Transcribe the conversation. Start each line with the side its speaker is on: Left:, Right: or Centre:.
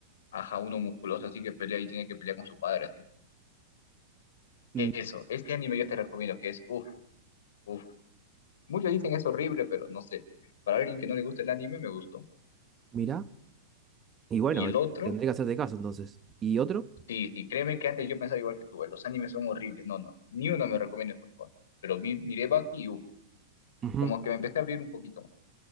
Left: Ajá, uno musculoso así que pelea y tiene que pelear con su padre así. Eso,
Right: Mm,
Left: este anime yo te recomiendo que es uff, uff. Muchos dicen es horrible, pero no sé. Para alguien que no le gusta el anime, me gustó.
Right: Mira. Y bueno,
Left: Y el otro,
Right: tendré que hacerte caso entonces. ¿Y otro?
Left: sí, sí, créeme que antes yo pensaba igual que tú, eh, los animes son horribles. No, no, ni uno me recomiendas, por favor. Pero mi- miré Bucky y uff,
Right: Ujú.
Left: como que me empecé a abrir un poquito más.